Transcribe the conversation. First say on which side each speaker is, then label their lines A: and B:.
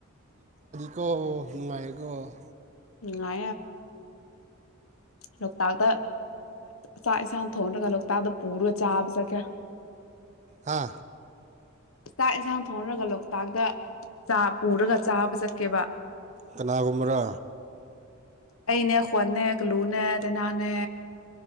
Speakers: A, on the right; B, on the left.
A: ꯀꯣ ꯅꯨꯡꯉꯥꯏꯀꯣ
B: ꯎ ꯑ ꯂꯣꯛꯇꯥꯛꯇꯥꯛ ꯆꯥꯛ ꯌꯦꯟꯁꯥꯡ ꯊꯣꯡꯔꯒ ꯂꯣꯛꯇꯥꯛꯇ ꯄꯨꯔꯒ ꯆꯥꯕꯁꯦ ꯀꯌꯥ
A: ꯍꯥ
B: ꯆꯥꯛ ꯏꯟꯁꯥꯡ ꯊꯣꯡꯅꯔꯒ ꯂꯣ ꯂꯣꯛꯇꯥꯛꯇ ꯆꯥ ꯄꯨꯔꯒ ꯆꯥꯕ ꯆꯠꯀꯦꯕ
A: ꯀꯅꯥꯒꯨꯨꯝꯔꯣ
B: ꯑꯩꯅꯦ ꯈꯣꯟꯅꯦ ꯑꯂꯨꯅꯦ ꯗꯗꯥꯩꯅꯥꯅꯦ